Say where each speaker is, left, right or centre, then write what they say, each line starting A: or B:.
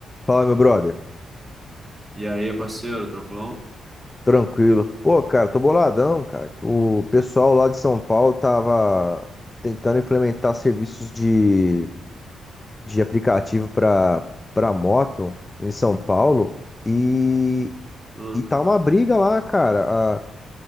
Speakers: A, on the left (about 15°); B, on the right (about 20°).
A: Fala, meu brother.
B: E aí, parceiro, tranquilão?
A: Tranquilo. Pô, cara, tô boladão, cara. que O pessoal lá de São Paulo tava tentando implementar serviços de, de aplicativo pra, pra moto em São Paulo e,
B: Hum.
A: e tá uma briga lá, cara. A-